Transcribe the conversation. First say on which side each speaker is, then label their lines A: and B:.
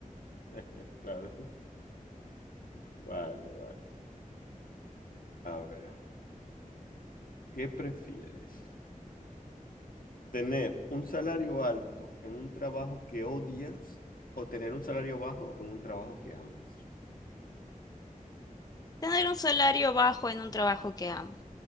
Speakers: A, on the left (about 85°); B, on the left (about 25°).
A: <laughs> claro. Vale, vale. A ver, ¿qué prefieres? ¿Tener un salario alto en un trabajo que odias o tener un salario bajo en un trabajo que amas?
B: Tener un salario bajo en un trabajo que amo.